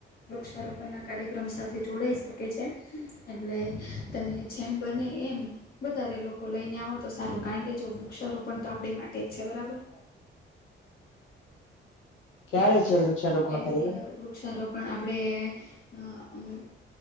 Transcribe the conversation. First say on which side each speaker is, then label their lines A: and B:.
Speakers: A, on the left; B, on the left.
A: વૃક્ષારોપણના કાર્યક્રમ સાથે જોડાઈશુ. એટલે તમે જેમ બને એમ વધારે લોકો લઈને આવતા. તો સારો, કારણ કે જો વૃક્ષારોપણ તો આપણી માટે જ છે, બરાબર.
B: ક્યારે છે વૃક્ષારોપણ
A: એટલે
B: કરેલો
A: વૃક્ષારોપણ પણ આપણે